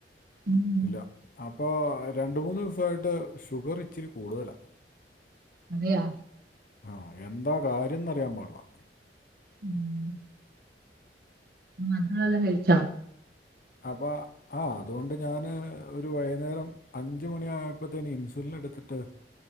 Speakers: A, on the right; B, on the left.
A: ഉം
B: ഇല്ല അപ്പോ രണ്ട് മൂന്ന് ദിവസായിട്ട് ഷുഗർ ഇച്ചിരി കൂടുതലാ
A: അതെയാ
B: ആഹ് എന്താ കാര്യംന്ന് അറിയാ പാടില്ല
A: ഉം മക്കളെല്ലാ കഴിച്ചാ
B: അപ്പ ആഹ് അതുകൊണ്ട് ഞാന് ഒരു വൈന്നേരം അഞ്ച് മണിയായപ്പോത്തേന് ഇൻസുലിൻ എടുത്തിട്ട്